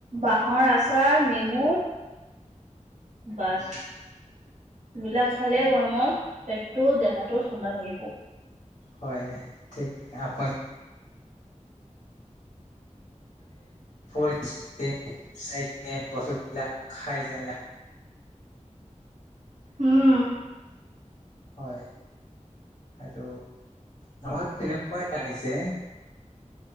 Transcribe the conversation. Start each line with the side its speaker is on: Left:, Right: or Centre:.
Right: বাঁহৰ আচাৰ, নেমু বাছ, এইবিলাক খালে গৰমত পেটটো দেহাটোত ঠাণ্ডা থাকিব।
Left: হয় ঠিক আপনি <inaudible> <inaudible> বস্তু বিলাক খাই যেন লে
Right: উম।
Left: হয়। আৰু আমাৰ কেনেকৈ আহিছে